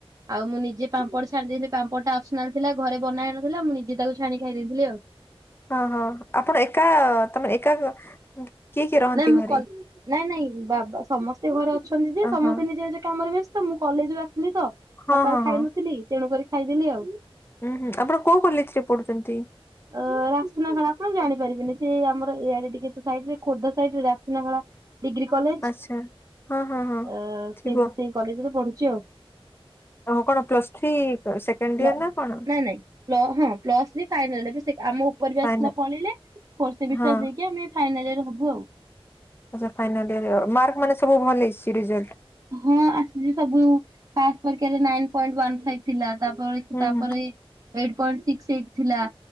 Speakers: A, on the right; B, on the left.
A: ଆଉ ମୁଁ ନିଜେ ପାମ୍ପଡ ଛାଣି ଦେଇଥିଲି ପାମ୍ପଡ ଟା ଆସନା ଥିଲା ଘରେ ବନା ହେଇ ନଥିଲା ମୁଁ ନିଜେ ତାକୁ ଛାଣି ଖାଇ ଦେଇଥିଲି ଆଉ।
B: ହଁ ହଁ ଆପଣ ଏକା ତମେ ଏକା କିଏ କିଏ ରହନ୍ତି
A: ନାଇଁ ମୁଁ
B: ଘରେ
A: କ ନାଇଁ ନାଇଁ ବାବା ସମସ୍ତେ ଘରେ ଅଛନ୍ତି ଯେ
B: ଓହୋ
A: ସମସ୍ତେ ନିଜେ ନିଜ କାମରେ ବ ତ ମୁଁ କଲେଜରୁୁ ଆସିଲି ତ
B: ହଁ
A: ସକାଳୁ
B: ହଁ
A: ଖାଇନଥିଲି
B: ହଁ
A: ତେଣୁ କରି ଖାଇଦେଲି ଆଉ।
B: ଉଁ ହୁଁ ଆପଣ କୋଉ କଲେଜ ରେ ପଢୁଛନ୍ତି?
A: ଅ ରାସୁନା ଖେଳା ଆପଣ ଜାଣିପାରିବେନି ସେ ଆମର ଏଇଆଡେ ଟିକେ ତ ସାଇଡ ରେ ଖୋର୍ଦ୍ଧା ସାଇଡ ରେ ରାସୁନା ଖେଳା ଡିଗ୍ରୀ କଲେଜ
B: ଆଚ୍ଛା ହଁ ହଁ ହଁ
A: ଅ
B: ଥିବ
A: ସେ ସେ କଲେଜରେ ପଢୁଛି ଆଉ।
B: ଓହୋ କଣ ପ୍ଲସ୍ ଥ୍ରୀ ସେକେଣ୍ଡ
A: ପ୍ଳ
B: ଇୟର ନା କଣ?
A: ନାଇଁ ନାଇଁ ପ୍ଲ ହଁ ପ୍ଲସ୍ ଥି ଫାଇନାଲ ଏବେ ସେ ଆମ ଉପରେ ବି
B: ଫାଇନା
A: ଆସିଥିଲା ପଳେଇଲେ ଫୋର୍ ସେମିଷ୍ଟର
B: ହଁ
A: ଦେଇକି ଆମେ ଫାଇନାଲ ଉୟର ହବୁ ଆଉ।
B: ଆଚ୍ଛା ଫାଇନାଲ ଇୟର ମାର୍କ ମାନେ ସବୁ ଭଲ ହେଇଛି ରେଜଲ୍ଟ?
A: ହଁ ଆସିଛି ସବୁ ଫାର୍ଷ୍ଟ ପରୀକ୍ଷା ରେ ନାଇନ ପଏଣ୍ଟ ୱାନ ଫାଇପ ଥିଲା ତାପରେ
B: ହୁଁ
A: ତାପରେ
B: ହୁଁ
A: ଏଇଟ ପଏଣ୍ଟ ସିକ୍ସ ଏଇଟ ଥିଲା।